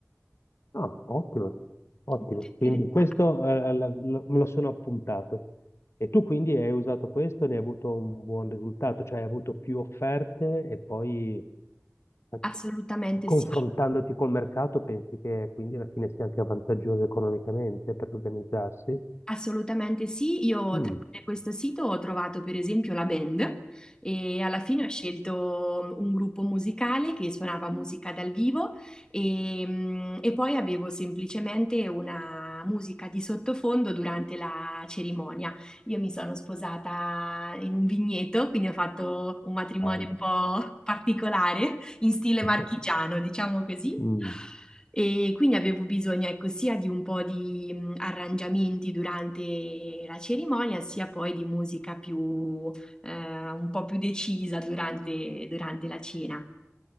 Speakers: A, on the left (about 65°); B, on the left (about 15°).
A: Ah, ottimo, ottimo.
B: Molto interessante.
A: Quindi questo eh, la- la- me lo sono appuntato. E tu quindi hai usato questo e ne hai avuto un buon risultato, cioè hai avuto più offerte e poi eh,
B: Assolutamente
A: confrontandoti
B: sì.
A: col mercato pensi che quindi alla fine sia anche vantaggioso economicamente per organizzarsi?
B: Assolutamente sì, io
A: Mm.
B: tramite questo sito ho trovato per esempio la band e alla fine ho scelto un gruppo musicale che suonava musica dal vivo e, mm, e poi avevo semplicemente una musica di sottofondo durante la cerimonia. Io mi sono sposata in un vigneto, quindi ho fatto un matrimonio
A: Bello.
B: un po' particolare in stile marchigiano,
A: <laughs>
B: diciamo così.
A: Mm,
B: E quindi avevo bisogno, ecco, sia di un po' di mh, arrangiamenti durante la cerimonia, sia poi di musica più, eh, un po' più decisa durante, durante la cena.